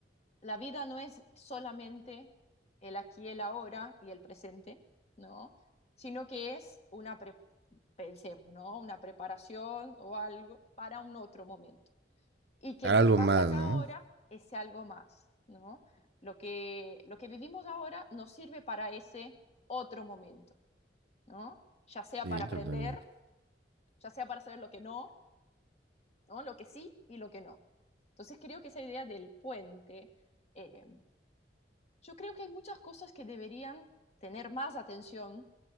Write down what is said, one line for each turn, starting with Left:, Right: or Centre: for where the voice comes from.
Left: la vida no es solamente el aquí, el ahora y el presente, ¿no? Sino que es una, pre- pensemos, ¿no? Una preparación o algo para un otro momento y que
Right: dar
Left: lo
Right: algo
Left: que pasa
Right: más,
Left: acá
Right: ¿no?
Left: ahora es algo más, ¿no? Lo que, lo que vivimos ahora nos sirve para ese otro momento, ¿no? Ya sea
Right: Sí,
Left: para aprender,
Right: totalmente.
Left: ya sea para saber lo que no, ¿no? Lo que sí y lo que no. Entonces creo que esa idea del puente eh, yo creo que hay muchas cosas que deberían tener más atención